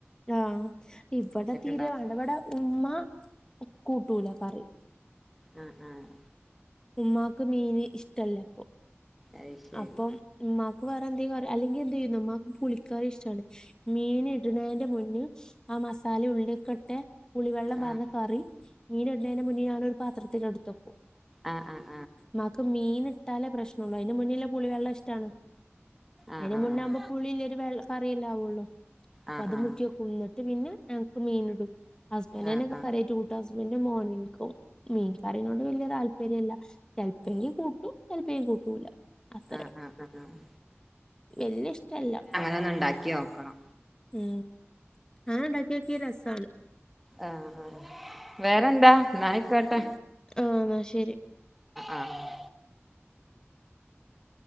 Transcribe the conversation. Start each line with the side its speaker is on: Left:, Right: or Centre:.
Left: ആഹ് ഇവിടെ തീരെ
Centre: ഉണ്ടാക്കാം
Left: വേണ്ട ഇവിടെ ഉമ്മ കൂട്ടൂല കറി
Centre: ആഹ് ആഹ്
Left: ഉമ്മാക്ക് മീന് ഇഷ്ടല്ല ഇപ്പൊ
Centre: അത് ശരി
Left: അപ്പം ഉ്മാക്ക് വേറെ എന്ത അല്ലെങ്കിൽ എന്തതു ചെയ്യുന്നുമമാക്ക് പളിക്കാ ഇഷ്ടണ് മീൻ ഇടുന്നതിന്റെ മുന്നേ ആ മസാല ഉള്ളിക്കൊട്ടെ കുളിവെള്ളം പറഞ്ഞ
Centre: ആഹ്
Left: കറി മീൻ ഇടുന്നതിന് മുന്നേ ഞാനൊരു പാത്രത്തിൽടുത്തോക്കും
Centre: ആഹ് ആഹ്
Left: മക്ക് മീൻ ഇട്ടാലേ പ്രശ്ന ള്ള അതിന് മുന്നില പുളി വെള്ളം ഇഷ്ടമാണ്
Centre: ആഹ്
Left: അതിന്
Centre: ആഹ്
Left: മുന്നേ ആകുമ്പോ പുളിരു വെള്ള കറിയെല്ലാം ആവുള്ളോ അപ്പൊ
Centre: ആഹ്
Left: അത്
Centre: ആഹ്
Left: മുക്കിയ കുന്നിട്ട് പിന്നെ ഞങ്ങക്ക് മീൻ ഇടും ഹസ്ബൻഡ്
Centre: ആഹ് ആഹ്
Left: തന്നെ കയറി
Centre: ആഹ്
Left: കൂട്ട് ഹസ്ബൻഡും മോിക്കും മീൻകറിനോട് വലിയ തല്പര്യം താല്പര്യല്ല ചെലപ്പങ്കും കൂട്ടും ചെലപ്പേും കൂട്ടൂല അത്ര
Centre: ആഹ് ആഹ് ആഹ് ആഹ്
Left: വല്യ ഇഷ്ടല്ല
Centre: ന്ന ഉണ്ടാക്കി നോക്കണം
Left: ഉം അഹ് ഡക്കി നോക്കിയ രസ ആണ്
Centre: ആഹ് വേറെന്താ നായിക്കോട്ടെ
Left: ആഹ് എന്നാ ശരി
Centre: ആഹ് ആഹ്